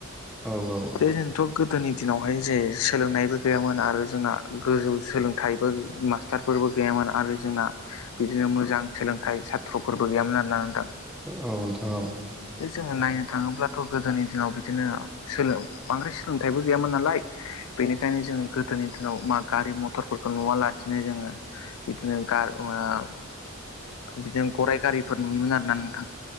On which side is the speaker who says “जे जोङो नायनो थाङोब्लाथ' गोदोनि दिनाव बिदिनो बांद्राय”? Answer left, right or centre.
Left